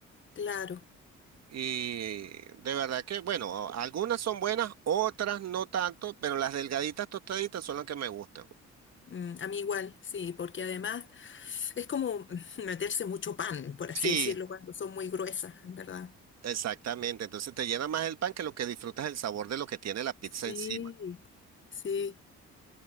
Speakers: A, on the left; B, on the right.
A: claro.
B: Y de verdad que, bueno, algunas son buenas, otras no tanto, pero las delgaditas tostaditas son las que me gustan.
A: Mm, a mí igual, sí, porque además es como <laughs> meterse mucho pan, por así
B: Sí,
A: decirlo, cuando son muy gruesas, en verdad.
B: exactamente. Entonces te llena más el pan que lo que disfrutas el sabor de lo que tiene la pizza
A: Sí,
B: encima.
A: sí.